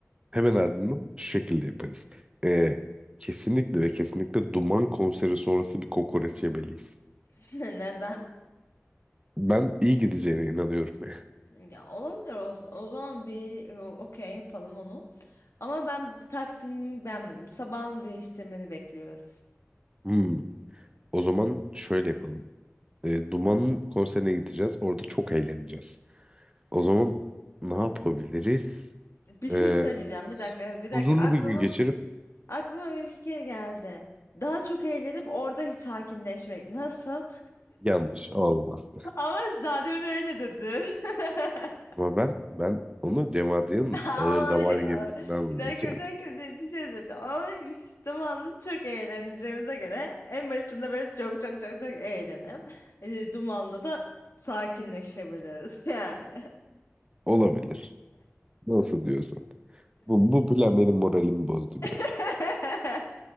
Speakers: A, on the right; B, on the left.
A: Hemen ardından şu şekilde yaparız. Ee, kesinlikle ve kesinlikle Duman konseri sonrası bir kokoreç yemeliyiz.
B: <laughs> Neden?
A: Ben iyi gideceğine inanıyorum. <laughs>
B: Ya olabilir olsun. O zaman bir e, okey yapalım onu. Ama ben bu Taksim'i beğenmedim. Sabahını değiştirmeni bekliyorum.
A: Hmm, o zaman şöyle yapalım. Ee, Duman'ın konserine gideceğiz. Orada çok eğleneceğiz. O zaman ne yapabiliriz?
B: Bir şey
A: Ee,
B: söyleyeceğim. Bir
A: s-
B: dakika, bir dakika.
A: huzurlu
B: Aklıma
A: bir gün geçirip
B: Aklıma bir fikir geldi. Daha çok eğlenip orada sakinleşmek. Nasıl?
A: yanlış olmaz.
B: <laughs> Ama daha demin öyle dedin. <laughs>
A: Ama ben ben onu Cem Adrian'ın
B: Aa,
A: ağır
B: Olabilir,
A: damar
B: olabilir.
A: gemisinden dolayı
B: Bir dakika,
A: söyledim.
B: bir dakika, bir dakika, bir şey söyleyeceğim. Ama bir sistemi anladım. Çok eğleneceğimize göre en başında böyle çok çok çok çok eğlenip e, dumanda da sakinleşebiliriz yani.
A: Olabilir. Nasıl diyorsan. Bu, bu plan benim moralimi bozdu
B: <laughs>
A: biraz.